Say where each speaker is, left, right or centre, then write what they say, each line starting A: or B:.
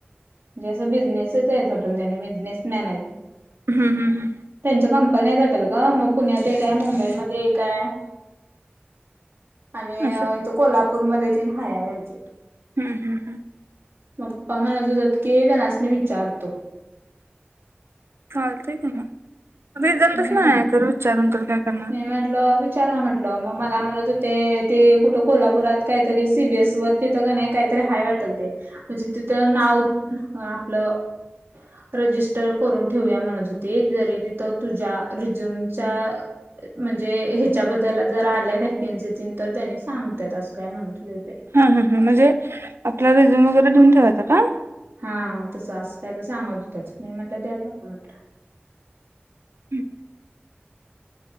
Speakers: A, on the right; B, on the right.
A: म्हणजे असं बिझनेसच आहेत हॉटेल त्याने बिझनेस मॅन आहेत.
B: हम्म हम्म हम्म
A: त्यांच्या कंपन्या आहेत वाटल ग मग पुण्यात एक आहे, मुंबईमध्ये एक आहे. आणि
B: असं
A: इथ कोल्हापूरमध्ये तेन हाया त्यांचे.
B: हम्म हम्म हम्म
A: पप्पा म्हणत होतत की तेनास्नी विचारतो.
B: चालतय की म रिझल्टच
A: म्हटलं
B: नायाय तर विचारून तर काय करणार?
A: मी म्हटलं विचारा म्हट मग मला म्हणत ते कुठ कोल्हापुरात कायतरी सी बी एस वर तिथ कणी काहीतरी हाय वाटल ते म्हणजे तिथं नाव आपलं रजिस्टर करून ठेवूया म्हणत होते जरी तिथ तुझ्या रिझ्युमच्या म्हणजे हेच्याबद्दल जर आल्या वॅकन्सी तर त्यांनी सांगत्यात असं काय म्हणत होतीत बाई.
B: हम्म हम्म हम्म म्हणजे आपला रेझ्यूम वगैरे देेऊन ठेवायचां का?
A: हा तसं असं काय तर सांगत होतत मी म्हटलं द्या जावा म्हटल.
B: हम्